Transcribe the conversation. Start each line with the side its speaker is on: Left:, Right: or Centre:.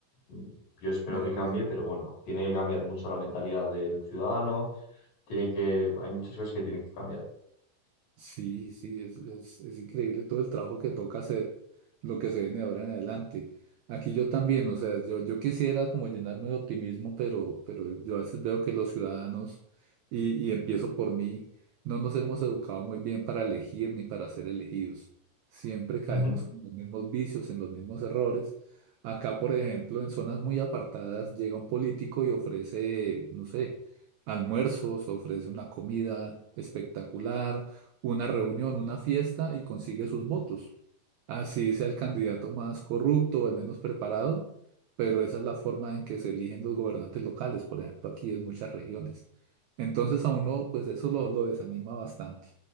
Left: Mm, Yo espero
Right: No,
Left: que cambie, pero bueno, tiene que cambiar mucho la mentalidad del ciudadano, tiene que, hay muchas cosas que tienen que cambiar.
Right: Sí, sí, es, es- es increíble todo el trabajo que toca hacer, lo que se viene de ahora en adelante. Aquí yo también, o sea, yo, yo quisiera como llenarme de optimismo, pero, pero yo a veces veo que los ciudadanos, y, y empiezo por mí, no nos hemos educado muy bien para elegir ni para ser elegidos. Siempre caemos
Left: Ujú.
Right: en los mismos vicios, en los mismos errores. Acá, por ejemplo, en zonas muy apartadas, llega un político y ofrece, no sé, almuerzos, ofrece una comida espectacular una reunión, una fiesta y consigue sus votos. Así sea el candidato más corrupto o el menos preparado, pero esa es la forma en que se eligen los gobernantes locales, por ejemplo, aquí en muchas regiones. Entonces a uno, pues eso lo, lo desanima bastante.